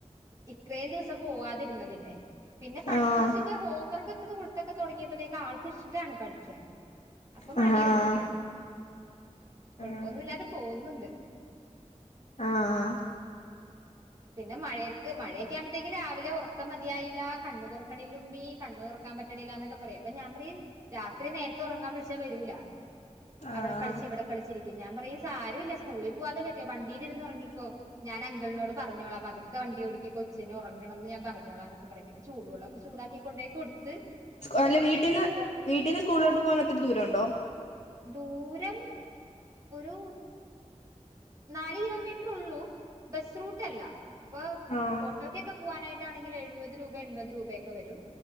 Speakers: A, on the right (about 25°); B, on the left (about 70°).
A: ഇത്രയും ദിവസം പോവാതിരുന്നതിന്റെ പിന്നെ പഠിപ്പിച്ചിക്കെ
B: ആഹ്
A: ഹോംവർക്കൊക്കെ കൊടുത്തക്കെ തൊടങ്ങിയപ്പത്തേക്ക് ആൾക്ക് ഇഷ്ടാണ് പഠിക്കാനൻ അപ്പൊ മടിയൊന്നു
B: ആഹ്
A: ഇല്ല കൊഴപ്പൊന്നു
B: ഉം
A: ഇല്ലാതെ പോകുന്നുണ്ട്
B: ആഹ് ആഹ്
A: പിന്നെ മഴയത്ത് മഴയൊക്കെ ആവുമ്പത്തേക്ക് രാവിലെ ഒറ ക്കം മതിയായില്ലാ കണ്ണ് തൊറക്കണില്ല ഉമ്മീ കണ്ണ് തൊറക്കാൻ പറ്റണില്ല എന്നൊക്കെ പറയും അപ്പൊ ഞാൻ പറയും രാത്രി നേരത്തെ ഉറങ്ങാൻ വിളിച്ചാ വരൂല
B: ആഹ്
A: അവിടെ കളിച്ച് ഇവിടെ കളിച്ചിരിക്കും ഞാൻ പറയും സാരവില്ല സ്കൂളിൽ പോവാതെ പറ്റോ വണ്ടീലിരുന്ന് ഒറങ്ങിക്കോ ഞാൻ അങ്കങ്ങളിനോട് പറഞ്ഞോളാം പതുക്കെ വണ്ടി ഓടിക്ക് കൊച്ചിന് ഒറങ്ങണംന്ന് ഞാൻ പറഞ്ഞോളാന്നൊക്കെ പറയും പിന്നെ ചൂടു വെള്ളൊക്കെ ചൂടാക്കി കൊണ്ടോയി കൊടുത്ത്
B: സ്കു
A: കുളിപ്പിച്ചൊക്കെ
B: അല്ലെ വീട്ടീന്ന്
A: എടുക്കും
B: വീട്ടീന്ന് സ്കൂളിലോട്ട് പോവാൻ ഒത്തിരി ദൂരം ഒണ്ടോ
A: ദൂരം ഒരു നാല് കിലോമീറ്ററുള്ളൂ ബസ് റൂട്ടല്ല അപ്പം
B: ആഹ്
A: ഓട്ടോയ്ക്ക് പോനായിട്ടാണെങ്കിലാ എഴുപത് രൂപ എൺപത് രൂപയൊക്കെ വെരും